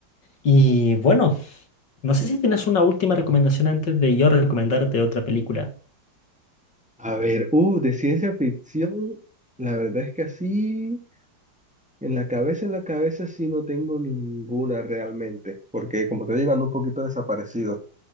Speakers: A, on the left; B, in the centre.
A: Y bueno, no sé si tienes una última recomendación antes de yo recomendarte otra película.
B: A ver, uh, de ciencia ficción, la verdad es que así, en la cabeza, en la cabeza sí no tengo ninguna realmente, porque como te digo, ando un poquito desaparecido.